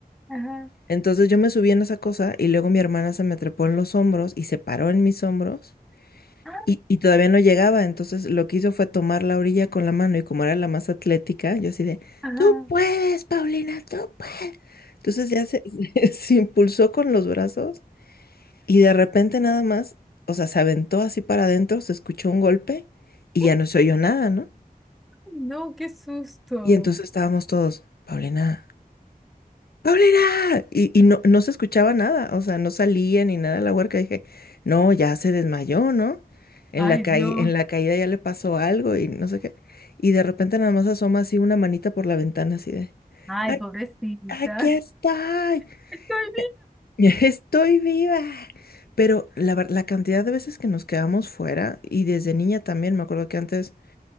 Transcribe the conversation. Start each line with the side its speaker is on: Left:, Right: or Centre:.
Centre: ajá,
Left: Entonces yo me subí en esa cosa y luego mi hermana se me trepó en los hombros y se paró en mis hombros
Centre: ah,
Left: y, y todavía no llegaba. Entonces lo que hizo fue tomar la orilla con la mano y como era la más atlética, yo así de,
Centre: ajá.
Left: tú puedes, Paulina, tú puedes. Entonces ya se, <laughs> se impulsó con los brazos y de repente nada más, o sea, se aventó así para adentro, se escuchó un golpe y
Centre: ¡Eh!
Left: ya no se oyó nada, ¿no?
Centre: No, qué susto.
Left: Y entonces estábamos todos, Paulina. ¡Paulina! Y, y no, no se escuchaba nada, o sea, no salía ni nada la huerca. Dije, no, ya se desmayó, ¿no? En
Centre: Ay,
Left: la caí-
Centre: Dios.
Left: en la caída ya le pasó algo y no sé qué. Y de repente nada más asoma así una manita por la ventana, así de,
Centre: Ay,
Left: "Ay,
Centre: pobrecita.
Left: aquí
Centre: <laughs>
Left: estoy,
Centre: Estoy
Left: <laughs> estoy viva. Pero la, ver- la cantidad de veces que nos quedamos fuera, y desde niña también, me acuerdo que antes